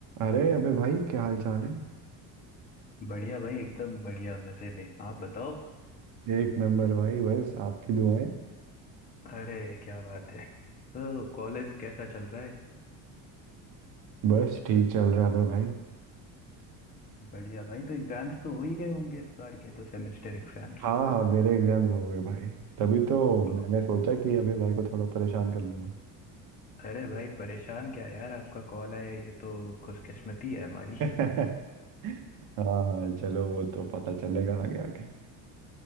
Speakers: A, on the right; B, on the left.
A: अरे अबे भाई क्या हाल चाल है
B: बढ़िया भाई एकदम बढ़िया मजे में आप बताओ
A: एक नंबर भाई बस आपकी दुआएं
B: अरे क्या बात है तो कॉलेज कैसा चल रहा है
A: बस ठीक चल रहा है अबे भाई
B: बढ़िया भाई तो एग्जाम्स तो हो ही गए होंगे इस बार के तो सेमेस्टर एग्जाम्स
A: हाँ हाँ मेरे एग्जाम्स हो गए भाई तभी तो
B: तो
A: मैंने सोचा कि अबे भाई को थोड़ा परेशान कर लूंगा
B: अरे भाई परेशान क्या यार आपका कॉल आया ये तो खुशकिस्मती है हमारी
A: <laughs>
B: <laughs>
A: हाँ हाँ चलो वो तो पता चलेगा आगे आगे